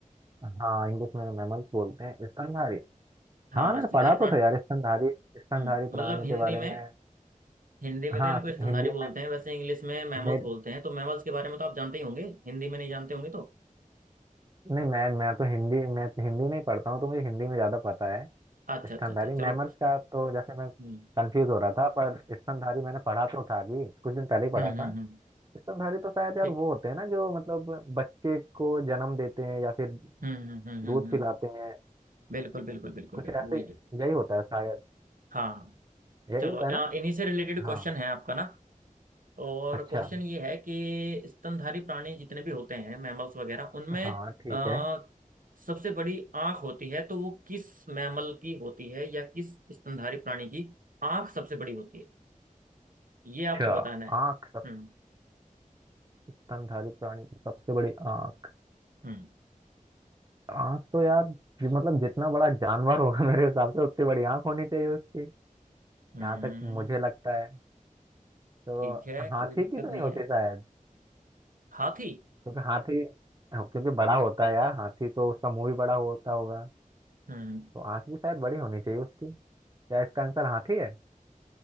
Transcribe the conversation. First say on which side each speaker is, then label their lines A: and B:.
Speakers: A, on the right (about 30°); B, on the right (about 75°).
A: हाँ इंग्लिश में मैमल्स बोलते हैं स्तनधारी
B: हाँ
A: हाँ मैंने
B: स्तनधारी
A: पढ़ा तो
B: प्राणी
A: था यार स्तनधारी स्तनधारी
B: हम्म
A: प्राणी
B: मतलब हिंदी
A: के बारे
B: में
A: में
B: हिंदी में
A: हाँ
B: तो इनको स्तनधारी
A: हिंदी
B: बोलते हैं वैसे इंग्लिश में मैमल्स
A: में मेरे
B: बोलते हैं तो मैमल्स के बारे में तो आप जानते ही होंगे हिंदी में नहीं जानते होंगे तो
A: नहीं मैं मैं तो हिंदी मैं तो हिंदी में ही पढ़ता हूँ तो मुझे हिंदी में ज़्यादा पता है
B: अच्छा
A: स्तनधारी
B: अच्छा अच्छा चलो
A: मैमल्स का तो जैसे मैं
B: हम्म
A: कंफ्यूज हो रहा था पर स्तनधारी मैंने पढ़ा तो था अभी कुछ दिन पहले ही पढ़ा
B: हम्म हम्म
A: था
B: हम्म,
A: स्तनधारी तो शायद यार
B: ठीक
A: वो होते हैं ना जो मतलब बच्चे को जन्म देते हैं या फिर
B: हम्म हम्म हम्म
A: दूध
B: हम्म
A: पिलाते
B: हम्म,
A: हैं
B: बिल्कुल बिल्कुल बिल्कुल
A: कुछ
B: बिल्कुल
A: ऐसे
B: वही
A: यही
B: है
A: होता है शायद
B: हाँ
A: यही
B: चलो
A: होता
B: अ,
A: है ना
B: इन्हीं से रिलेटेड
A: हाँ
B: क्वेश्चन है आपका ना और
A: अच्छा
B: क्वेश्चन ये है कि स्तनधारी प्राणी जितने भी होते हैं मैमल्स वगैरह उनमें
A: हाँ ठीक
B: आ,
A: है
B: सबसे बड़ी आंख होती है तो वो किस मैमल की होती है या किस स्तनधारी प्राणी की आंख सबसे बड़ी होती है ये आपको
A: अच्छा
B: बताना है
A: आँख
B: हम्म
A: स्तनधारी प्राणी की सबसे बड़ी आंख
B: हम्म
A: आंख तो यार जि- मतलब जितना बड़ा जानवर होगा <laughs> मेरे हिसाब से उतनी बड़ी आंख होनी चाहिए उसकी जहां
B: हम्म
A: तक मुझे लगता है तो
B: ठीक है
A: हाथी
B: कोई दिक्कत
A: की तो
B: नहीं
A: नहीं होती
B: है
A: शायद
B: हाथी
A: क्योंकि हाथी हाँ, क्योंकि बड़ा होता है यार हाथी तो उसका मुंह भी बड़ा होता होगा
B: हम्म
A: तो आंख भी शायद बड़ी होनी चाहिए उसकी क्या इसका आंसर हाथी है